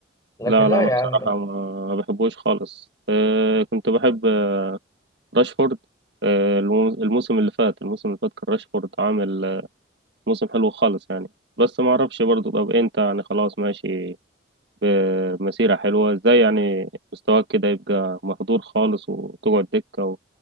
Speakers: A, on the left; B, on the right.
A: لكن
B: لا
A: لا
B: لا انا
A: يا
B: بصراحه
A: عم
B: ما ما بحبوش خالص آه، كنت بحب راشفورد آه، الموسم اللي فات الموسم اللي فات كان راشفورد عامل موسم حلو خالص يعني بس ما اعرفش برضو طب انت يعني خلاص ماشي بمسيرة حلوة ازاي يعني مستواك كده يبقى مهدور خالص وتقعد دكة